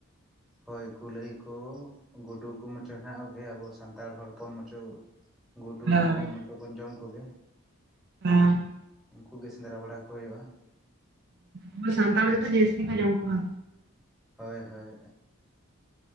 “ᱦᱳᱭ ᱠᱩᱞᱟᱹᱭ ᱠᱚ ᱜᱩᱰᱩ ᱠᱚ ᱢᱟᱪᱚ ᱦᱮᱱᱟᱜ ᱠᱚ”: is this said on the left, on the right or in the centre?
Centre